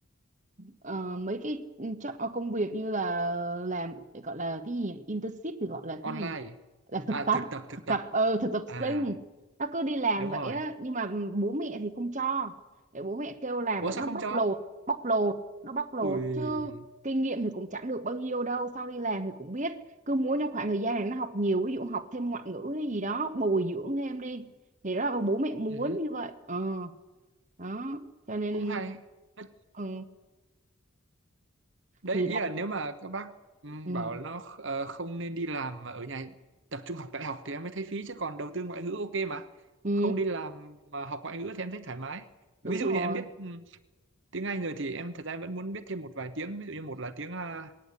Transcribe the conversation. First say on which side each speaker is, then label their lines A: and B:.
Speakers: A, on the right; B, on the right.
A: ờ, mấy cái cho- ờ, công việc như là làm gọi là cái gì nhỉ? internship thì gọi là
B: Online.
A: cái gì làm thực
B: À,
A: tập
B: thực tập, thực
A: thực
B: tập.
A: tập ừ thực tập
B: À,
A: sinh nó cứ đi làm
B: đúng
A: vậy
B: rồi.
A: á nhưng mà bố mẹ thì không cho để bố mẹ kêu làm
B: Ủa
A: vậy
B: sao
A: nó
B: không
A: bóc
B: cho?
A: lột bóc lột nó bóc lột
B: Ui,
A: chứ kinh nghiệm thì cũng chẳng được bao nhiêu đâu sau đi làm thì cũng biết cứ muốn trong khoảng thời gian này nó học nhiều ví dụ học thêm ngoại ngữ hay gì đó bồi dưỡng thêm đi thì đó là bố mẹ muốn
B: ừ
A: như vậy ờ đó cho nên
B: cũng hay. <laughs>
A: ừ,
B: đấy
A: thì
B: ý
A: làm
B: là nếu mà các bác ừm,
A: ừ,
B: bảo nó ờ, không nên đi làm mà ở nhà tập trung học đại học thì em mới thấy phí chứ còn đầu tư ngoại ngữ ok mà
A: ừ
B: không đi làm mà học ngoại ngữ thì em thấy thoải mái
A: đúng
B: ví dụ
A: rồi
B: như em biết ừm, tiếng Anh rồi thì em thật ra em vẫn muốn biết thêm một vài tiếng ví dụ như một là tiếng à,